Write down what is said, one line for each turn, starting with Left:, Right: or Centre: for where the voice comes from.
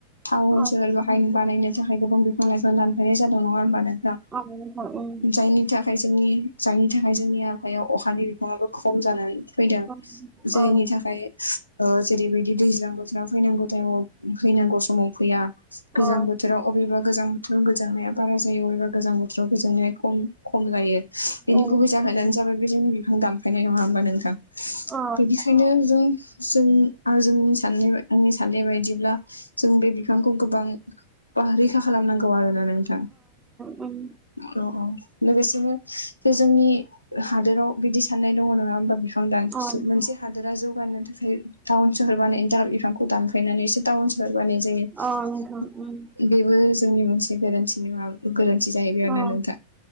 Left: टाउन
Right: अ
Left: सोहर बाहाय बानायनो थाखाय गोबां बि फां लायफां दानफायनाय जादों नङा होनोमबा नोंथां।
Right: अ नोंथां उम
Left: जायनि थाखाय जोंनि जायनि थाखाय जोंनिया हायाव अखानि बिबाङाबो खम जानानै फैदों,
Right: अ
Left: जायनि
Right: अ
Left: थाखाय ओ जेरैबायदि दैज्लां बो फैनांगौ टाइम फैनांगौ समाव फैया गोजां
Right: अ
Left: बोथोराव अबेबा गोजां गोजानायनाया बारा जायो अबेबा गोजां बोथोराव गोजांनाया खम खम जायो बिनि
Right: उम
Left: गुबै जाहोनानो जाबाय बे जोंनि बिफां दान फायनाय नङा होमबा नोंथां,
Right: अ
Left: बेनिखायनो जों जों जोंनि साननाय आंनि साननाय बायदिब्ला जों बे बिफांखौ गोबां रैखा खालामनांगौ आरोना नोंथां।
Right: अ नोंथां उम
Left: औ औ लोगोसेनो जे जोंनि हादोराव बिदि साननाय दङ नङा होमबा <inaudible>
Right: अ
Left: मोनसे हादोरा जौगानो थाखाय टाउन सहर बानायनो थाखाय बिफांखौ दानफायनानैसो टाउन बानायनाय जायो
Right: अ नोंथां उम
Left: बेबो जोंनि मोनसे गोरोन्थि <inaudible> गोरोन्थि जाहैबाय आरो
Right: अ
Left: ना नोंथां।